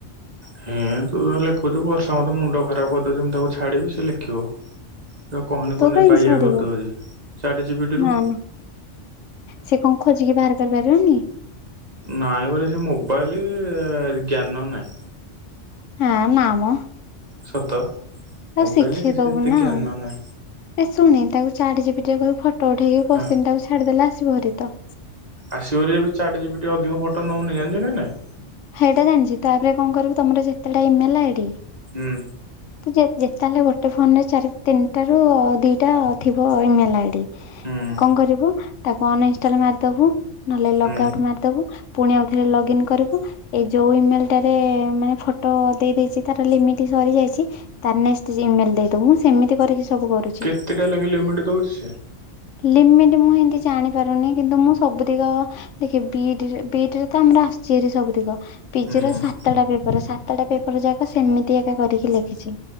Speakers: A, on the right; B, on the left.
A: ହେଁ ତୁ ତୋର ଲେଖୁଛୁ ବର୍ଷା ମତେ ମୁଣ୍ଡ ଖରାପ କରିଦଉଛି ମୁଁ ତାକୁ ଛାଡିବି ସେ ଲେଖିବ। ତୁ ଆଉ କହନି
B: ତୁ
A: କହନି
B: କାହିଁକି
A: ବାଇଆ
B: ଛାଡିବୁ
A: କରିଦେଉଚି ଚାଟ୍ ଯିପିଟିରୁ।
B: ନା ନା ସେ କଣ ଖୋଜିକି ବାହାର କରିପାରିବନି?
A: ନାଇଁ ବରା ସିଏ ମୋବାଇଲି ଜ୍ଞାନ ନାହିଁ।
B: ହେଁ ନାମ
A: ସତ ମୋବାଇଲରେ
B: ଆଉ ଶିଖେଇଦବୁ
A: କିଛି ଏତେ
B: ନା।
A: ଜ୍ଞାନ
B: ଏ
A: ନାହିଁ।
B: ଶୁଣ ନି ତାକୁ ଚାଟ୍ ଯିପିଟି ରେ କହିବୁ ଫଟୋ ଉଠେଇକି କୋସ୍ଚିନ
A: ହଁ
B: ଟାକୁ ଛାଡିଦେଲେ ଆସିବ ଭାରି ତ।
A: ଆସିବରି ଏବେ ଚାଟ୍ ଯିପିଟି ଅଧିକ ଫୋଟ ନୋଉନି ଜାଣିଚୁ ନା ନାଇଁ?
B: ଏହଟା ଜାଣିଚି ତାପରେ କଣ କରି ମୁଁ ତମର ତ ଯେତେ ଟାଇମ୍ ହେଲା ଏଇଠି।
A: ହୁଁ ଉଁ
B: <inaudible> ଯେ ଯେତେ ହେଲେ ଗୋଟେ ଫୋନରେ ଚାରି ତିନିଟା ର ଦିଟା ଥିବ ଇମେଲ ଆଇଡି
A: ହୁଁ।
B: କଣ କରିବୁ, ତାକୁ ଅନଇନଷ୍ଟାଲ ମାରିଦବୁ, ନହେଲେ ଲଗାଉଟ
A: ହୁଁ
B: ମା ଦବୁ ପୁଣି ଆଉଥରେ ଲଗ୍ ଇନ କରିବୁ। ଏଇ ଯୋଉ ଇମେଲ ଟାରେ, ମାନେ ଫଟୋ ଦେଇ ଦେଇଦେଇଛି ତାର ଲିମିଟ ସରି ଯାଇଛି। ତାର ନେଷ୍ଟ ଇମେଲ ଦେଇଦବୁ, ମୁଁ ସେମିତି କରିକି ସବୁ କରୁଛି
A: କେତେ ଟା ଲେଖେ ଲିମିଟ ଦଉଛି ସିଏ?
B: ଲିମିଟ ମୁଁ ଏମତି ଜାଣିପାରୁନି କିନ୍ତୁ ମୁଁ ସବୁ ତିକ ଦେଖେ ବିଟରେ ବିଟରେ ତ ଆମର ଆସିଛି ଏରି ସବୁ ଦିଗ। ପି
A: ହୁଁ।
B: ଜିର ସାତଟା ପେପର, ସାତଟା ପେପର ଯାକ ସେମିତି ଏକା କରିକି ଲେଖିଛି।